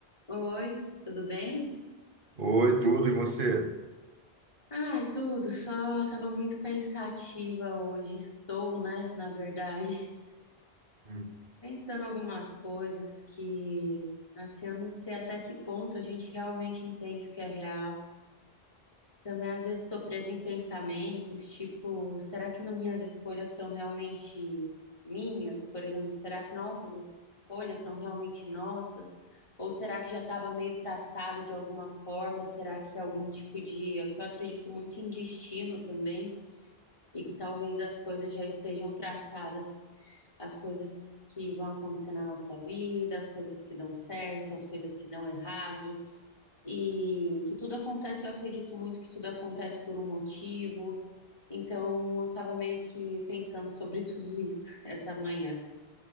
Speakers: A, on the left; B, on the right.
A: Oi, tudo bem?
B: Oi, tudo, e você?
A: Ai, tudo, só tava muito pensativa hoje. Estou, né, na verdade,
B: Hum,
A: <laughs> pensando algumas coisas que, assim, eu não sei até que ponto a gente realmente entende o que é real. Também às vezes estou presa em pensamentos, tipo, será que na- minhas escolhas são realmente minhas? Por exemplo, será que nossas escolhas são realmente nossas? Ou será que já estava meio traçado de alguma forma? Será que é algum tipo de, que eu acredito muito em destino também, e que talvez as coisas já estejam traçadas, as coisas que vão acontecer na nossa vida, as coisas que dão certo, as coisas que dão errado e que tudo acontece, eu acredito muito que tudo acontece por um motivo. Então, eu tava meio que pensando sobre tudo isso <laughs> essa manhã.